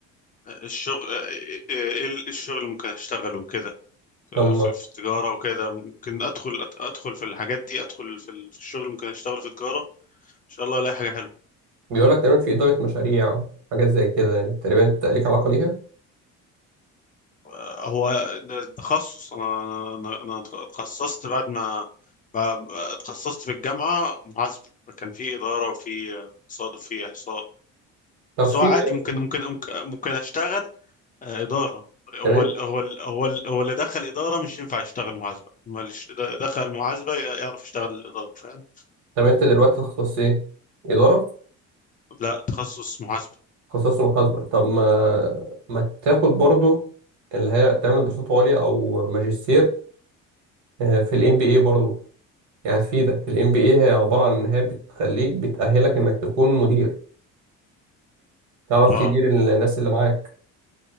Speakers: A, on the left (about 25°); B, on the right (about 75°).
A: الشغل آه، آه، آه، ايه الشغل اللي ممكن اشتغله كده
B: طب
A: في في التجارة وكده ممكن ادخل ادخل في الحاجات دي ادخل في الشغل اللي ممكن اشتغله في التجارة ان شاء الله الاقي حاجة حلوة
B: بيقول لك تقريبا في إدارة مشاريع حاجات زي كده يعني تقريبا أنت ليك علاقة ليها
A: آه، هو ده تخصص انا انا انا اتخصصت بعد ما ما- اتخصصت في الجامعة محاسبة كان في إدارة وفي اقتصاد وفي إحصاء
B: طب
A: بس
B: في
A: هو عادي
B: ماشي
A: ممكن ممكن ممكن ممكن اشتغل آه، إدارة هو
B: تمام
A: ال هو ال هو ال هو اللي دخل إدارة مش ينفع يشتغل محاسبة ما اللي ش- د- دخل محاسبة ي- يعرف يشتغل الإدارة فاهم
B: طب أنت دلوقتي تخصص إيه؟ إدارة
A: لا تخصص محاسبة
B: تخصص محاسبة طب ما ما تاخد برضو اللي هي تعمل دراسات عليا أو ماجستير آه، في ال MBA برضو يعني هتفيدك ال MBA هي عبارة عن إن هي بتخليك بتأهلك إنك تكون مدير تعرف
A: اه
B: تدير الناس اللي معاك